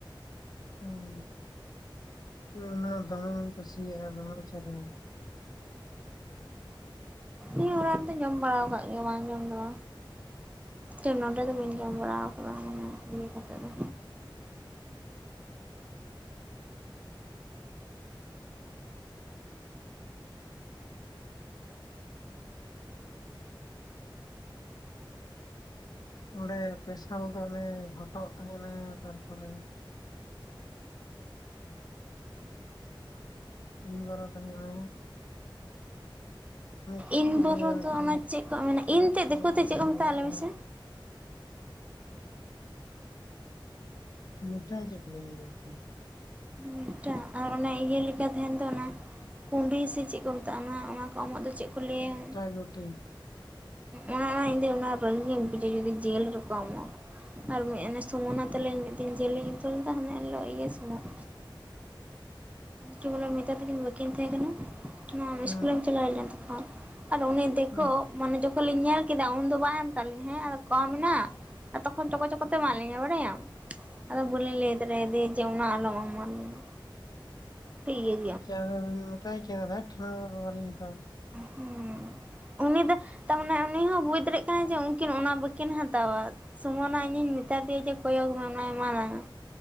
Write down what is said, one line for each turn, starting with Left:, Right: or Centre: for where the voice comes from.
Left: ᱩᱸ ᱚᱱᱟ ᱫᱚᱢᱮᱧ ᱠᱩᱥᱤᱭᱟᱜᱼᱟ, ᱫᱚᱢᱮ ᱪᱮᱦᱨᱟ
Right: ᱤᱧ ᱚᱲᱟᱜ ᱨᱮᱫᱚ ᱡᱚᱢ ᱵᱟᱲᱟ ᱠᱟᱫ ᱜᱮᱭᱟ ᱵᱟᱝ ᱡᱚᱢ ᱫᱚ ᱵᱟᱝ ᱱᱚᱰᱮ
Left: ᱦᱩᱸ,
Right: ᱫᱚ ᱵᱟᱹᱧ ᱡᱚᱢ ᱵᱟᱲᱟ ᱠᱟᱫᱟ ᱤᱭᱟᱹ ᱠᱟᱛᱮᱫ ᱫᱚ᱾
Left: ᱚᱸᱰᱮ ᱯᱮᱥᱟᱞ ᱫᱚ ᱚᱱᱮ ᱦᱚᱴᱚᱜ ᱛᱟᱸᱦᱮᱱᱟ ᱛᱟᱨᱯᱚᱨᱮ ᱤᱱᱵᱚᱨᱚ ᱛᱟᱦᱮᱸᱱᱟ᱾ ᱪᱮᱫ
Right: ᱤᱱ
Left: ᱠᱚ
Right: ᱵᱚᱨᱚ
Left: ᱞᱟᱹᱭᱟ ᱢᱤᱫᱴᱟᱝ
Right: ᱫᱚ ᱚᱱᱟ ᱪᱮᱫ ᱠᱚ ᱢᱮᱱᱟ ᱤᱱ
Left: ᱥᱚᱯᱛᱟᱦᱮ
Right: ᱛᱮᱫ ᱫᱤᱠᱩᱛᱮ
Left: ᱜᱮ
Right: ᱪᱮᱫ
Left: ᱠᱟᱹᱴᱤᱡ
Right: ᱠᱚ ᱢᱮᱛᱟᱜᱼᱟ
Left: ᱚᱱᱟ
Right: ᱞᱮ
Left: ᱛᱟᱦᱮᱱᱟ
Right: ᱢᱮᱥᱮ?
Left: ᱢᱤᱴᱷᱴᱟ ᱪᱮᱫᱠᱚ ᱞᱟᱹᱭᱟ ᱡᱟᱱᱤᱪ᱾
Right: ᱢᱤᱫᱴᱟᱜ? ᱟᱨ ᱚᱱᱟ ᱤᱭᱟᱹ ᱞᱮᱠᱟ ᱛᱟᱸᱦᱮᱱ ᱫᱚ, ᱚᱱᱟ ᱠᱩᱸᱰᱤ ᱥᱮ ᱪᱮᱫ ᱠᱚ ᱢᱮᱛᱟᱜᱼᱟ ᱚᱱᱟ ᱚᱱᱟ ᱠᱚ ᱚᱢᱚᱜ ᱫᱚ ᱪᱮᱫ ᱠᱚ ᱞᱟᱹᱭᱟ?
Left: ᱨᱩᱴᱤ
Right: ᱚᱱᱟ ᱚᱱᱟ ᱤᱧ ᱫᱚ ᱚᱱᱟ ᱨᱟᱹᱜᱤᱧ ᱵᱩᱡᱟ ᱡᱩᱫᱤ ᱡᱮᱞ ᱨᱮᱠᱚ ᱮᱢᱚᱜ-ᱟ᱾ ᱟᱨ ᱢᱤᱫ ᱮᱱᱮ ᱥᱚᱢᱩᱱᱟ ᱛᱟᱞᱤᱧ ᱢᱤᱫ ᱫᱤᱱ ᱡᱞᱤᱧ ᱩᱛᱩ ᱞᱮᱫᱟ ᱦᱟᱸᱱᱮ ᱤᱱᱞᱳᱜ ᱤᱭᱟᱹ ᱥᱩᱢᱳᱜ
Left: <unintelligible>
Right: ᱠᱤ ᱵᱚᱞᱮ ᱢᱮᱛᱟ ᱛᱟᱹᱠᱤᱱ ᱵᱟᱹᱠᱤᱱ ᱛᱟᱦᱮᱸ ᱠᱟᱱᱟ? ᱟᱢ
Left: ᱦᱮᱸ
Right: ᱮᱥᱠᱩᱞᱮᱢ ᱪᱟᱞᱟᱣ ᱞᱮᱱ ᱛᱚᱠᱷᱚᱱ, ᱟᱨᱚ ᱩᱱᱤ ᱫᱮᱞᱳ
Left: ᱦᱩᱸ
Right: ᱢᱟᱱᱮ ᱡᱚ ᱟᱫᱚ ᱞᱤᱧ ᱧᱮᱞ ᱠᱮᱫᱟ ᱩᱱᱫᱚ ᱵᱟᱭ ᱢᱮᱛᱟᱜ ᱞᱤᱧ ᱦᱮᱸ ᱟᱫᱚ ᱠᱚᱢ ᱱᱟ ᱟᱨ ᱛᱠᱷᱚᱱ ᱪᱳᱠᱳ ᱪᱳᱠᱳ ᱛᱮ ᱮᱢᱟᱜ ᱞᱤᱧᱟ ᱵᱟᱲᱟᱭᱟᱢ᱾ ᱟᱫᱚ ᱵᱟᱹᱞᱤᱧ ᱞᱟᱹᱭ ᱫᱟᱲᱮᱭ ᱫᱤ ᱡᱮ ᱚᱱᱟ ᱟᱞᱚᱢ ᱮᱢᱟᱣ ᱞᱤᱧᱟ, ᱴᱷᱤᱠ ᱜᱮᱭ
Left: ᱪᱮ ᱚᱱᱟ ᱫᱚᱵᱤᱱ ᱢᱮᱛᱟ ᱠᱮᱭᱟᱛᱚ ᱫᱷᱮᱴ ᱚᱱᱟ ᱫᱚ ᱵᱟᱞᱤᱧ ᱦᱟᱛᱟᱣᱟ᱾
Right: ᱦᱩᱸ ᱩᱱᱤ ᱫᱚ ᱛᱟᱨᱢᱟᱱᱮ ᱩᱱᱤ ᱦᱚᱸ ᱵᱩᱡᱽ ᱫᱟᱲᱮᱜ ᱠᱟᱱᱟ ᱡᱮ ᱩᱱᱠᱤᱱ ᱚᱱᱟ ᱵᱟᱹᱠᱤᱱ ᱦᱟᱛᱟᱣᱟ᱾ ᱥᱩᱢᱚᱱᱟ ᱤᱧᱤᱧ ᱢᱮᱛᱟ ᱫᱮᱭᱟ ᱡᱮ ᱠᱚᱭᱚᱜ ᱢᱮ ᱚᱱᱟᱭ ᱮᱢᱟᱣᱞᱟᱝᱟ,